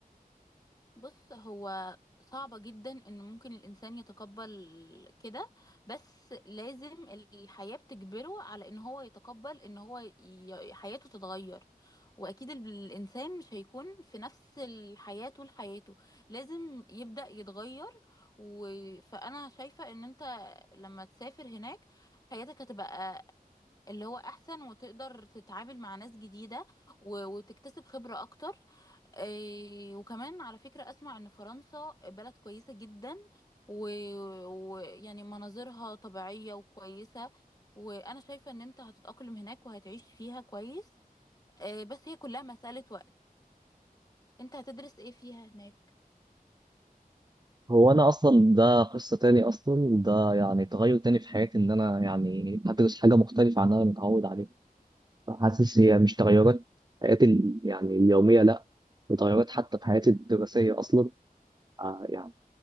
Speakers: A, on the left (about 25°); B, on the right (about 30°).
A: بص هو صعبة جدا ان ممكن الانسان يتقبل كده بس لازم الحياة بتجبره على ان هو يتقبل ان هو ي... حياته تتغير واكيد ال- الانسان مش هيكون في نفس الحياة طول حياته لازم يبدأ يتغير و... فانا شايفة ان انت لما تسافر هناك حياتك هتبقى اللي هو احسن وتقدر تتعامل مع ناس جديدة و... وتكتسب خبرة اكتر إيه وكمان على فكرة أسمع إن فرنسا بلد كويسة جدا ويعني و... و- يعني مناظرها طبيعية وكويسة وأنا شايفة إن أنت هتتأقلم هناك وهتعيش فيها كويس إيه بس هي كلها مسألة وقت أنت هتدرس إيه فيها هناك؟
B: هو انا اصلا ده قصة تاني اصلا ده يعني تغير تاني في حياتي ان انا يعني هدرس حاجة مختلفة عن اللي انا متعود عليه حاسس هي مش تغيرات حياتي ال- يعني اليومية لا تغيرات حتى في حياتي الدراسية اصلا آه، يعني